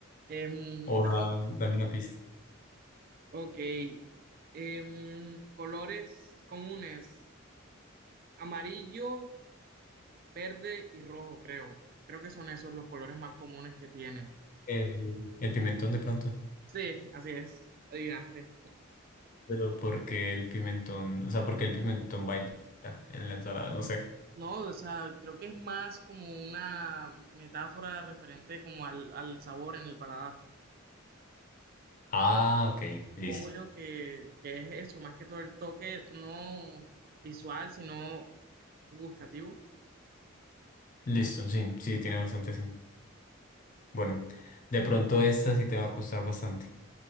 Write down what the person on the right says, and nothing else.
Em,
te
rindo.
ok. Em, colores comunes. Amarillo, verde y rojo, creo. Creo que son esos los colores más comunes que tiene.
Sí, así es, adivinaste.
No, o sea, creo que es más como una metáfora referente como al, al sabor en el paladar.
Supongo
yo que, que es eso, más que todo el toque no visual, sino gustativo.